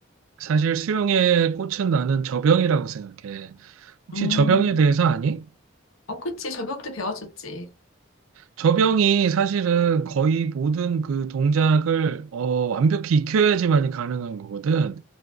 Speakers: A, on the right; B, on the left.
A: 사실 수영의 꽃은 나는 저병이라고 생각해. 혹시
B: 음.
A: 저병에 대해서 아니?
B: 어, 그치. 접영도 배워줬지.
A: 저병이 사실은 거의 모든 그 동작을 어, 완벽히 익혀야지만이 가능한 거거든.